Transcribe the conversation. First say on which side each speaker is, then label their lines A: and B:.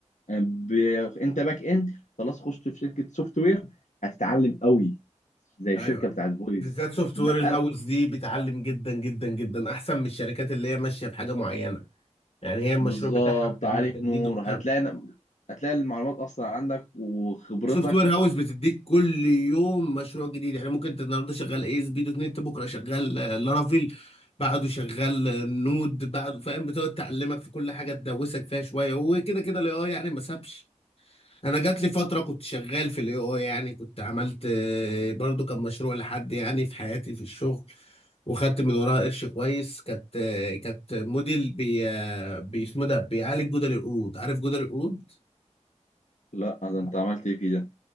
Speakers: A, on the left; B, on the left.
A: ب... انت باك اند خلاص خشت في شركه سوفت وير هتتعلم قوي زي الشركه
B: ايوه
A: بتاعت فويس
B: بالذات سوفت
A: لا،
B: وير الهاوس
A: انا
B: دي بتعلم جدا جدا جدا احسن من الشركات اللي هي ماشيه بحاجه معينه يعني هي المشروع
A: بالظبط
B: بتاعها بتعمل
A: عليك
B: له تجديد
A: نور
B: وبتاع
A: هتلاقي هتلاقي المعلومات اصلا عندك وخبرتك
B: سوفت وير هاوس بتديك كل يوم مشروع جديد يعني ممكن انت النهارده شغال اي اس بي دوت نت بكره شغال آه، لارافيل بعده شغال آه، نود بعده فاهم بتقعد تعلمك في كل حاجه تدوسك فيها شويه وكده كده الاي اي يعني ما سابش انا جات لي فتره كنت شغال في الاي اي يعني كنت عملت آه، برضو كان مشروع لحد يعني في حياتي في الشغل وخدت من وراها قرش كويس كانت آه، كانت موديل بي آه، بي اسمه ده بيعالج جدر القرود عارف جدر القرود
A: لا ده انت عملت ايه فيه ده